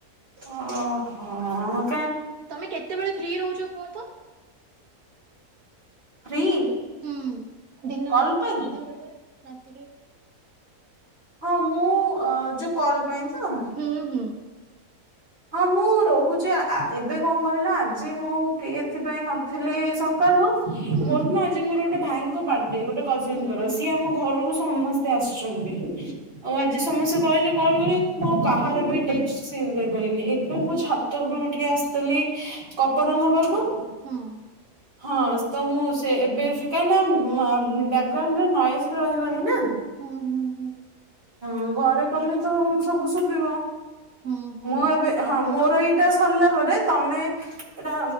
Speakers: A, on the right; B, on the right.
A: ଓହୋ ଆଁ।
B: ତମେ କେତେବେଳେ ଫ୍ରି ରହୁଛ କୁହତ।
A: ଫ୍ରି।
B: ହୁଁ ଦିନରେ
A: କଲ୍ ପାଇଁ
B: କି ସନ୍ଧ୍ୟା ବେଳେ କି ରାତିରେ
A: ହଁ ମୁଁ ଯୋଉ କଲ୍ ପାଇଁ ତ।
B: ହୁଁ ହୁଁ।
A: ହଁ ମୁଁ ରହୁଛି ଏବେ କଣ କହିଲ ଆଜି ମୁଁ ଫ୍ରି ଏଥିପାଇଁ ନଥିଲି ସକାଳୁ।
B: ହୁଁ
A: ମୋର ନା ଆଜି ମୋର ଗୋଟେ ଭାଇଙ୍କ ବାର୍ଥଡେ ଗୋଟେ କଜନଙ୍କର
B: ହୁଁ ହୁଁ
A: ସିଏ ଆମ ଘରକୁ ସମସ୍ତେ ଆସୁଛନ୍ତି ଆଉ ଆଜି ସମସ୍ତେ କହିଲେ କଲ କରିବାକୁ କାହାର ବି <unintelligible> ଏବେ ମୋ
B: ହୁଁ
A: ଛାତ ଉପରୁକୁ ଟିକେ ଆସିଥିଲି କପଡା ନବାକୁ।
B: ହଁ।
A: ହଁ ତ ମୁଁ ସେ ଏବେ ସେ କାଇଁନା ବ୍ୟାଗ୍ରାଉଣ୍ଡରେ ନଏଜ ବି ରହିବନି ନା।
B: ହୁଁ ହୁଁ ହୁଁ।
A: ହଁ ଘରେ କଲେ ତ ସବୁ ଶୁଭିବ
B: ହୁଁ ହୁଁ
A: ମୁଁ
B: ହୁଁ
A: ଏବେ ହଁ ମୋର ଏଇଟା ସରିଲା ପରେ ତମେ ଏଇଟା